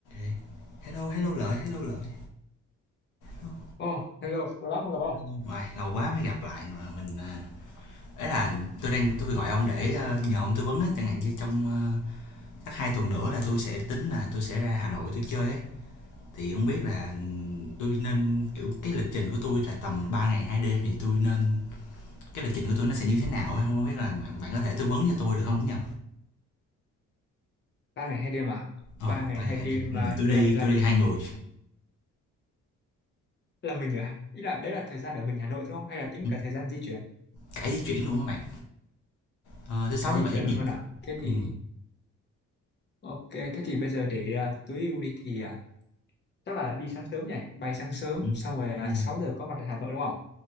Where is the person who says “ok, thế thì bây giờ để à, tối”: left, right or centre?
Left